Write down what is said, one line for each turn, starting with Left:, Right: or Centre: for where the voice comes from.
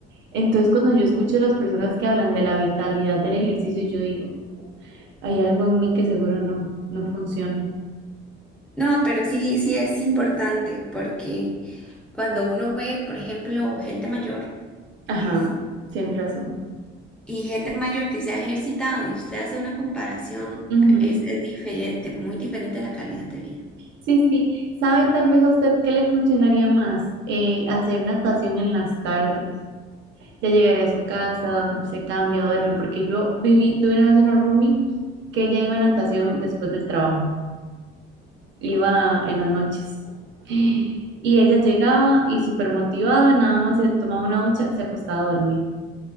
Right: Entonces, cuando yo escucho a las personas que hablan de la vitalidad del ejercicio, yo digo, hay algo en mí que seguro no, no funciona.
Centre: No, pero sí, sí es importante porque Cuando uno ve, por ejemplo, gente mayor
Right: Ajá,
Centre: es-
Right: tiene razón.
Centre: y gente mayor que se ha ejercitado y usted hace una comparación,
Right: Ujú.
Centre: es, es diferente, muy diferente la calidad de vida.
Right: Sí, sí. ¿Sabe tal vez a usted qué le funcionaría más? Eh, hacer natación en las tardes. Ya llegaría a su casa, se cambia, duerme, porque yo viví, tuve una vez una roomie que ella iba a natación después del trabajo, iba en las noches. Y ella llegaba y súper motivada, nada más se tomaba una ducha, se acostaba a dormir.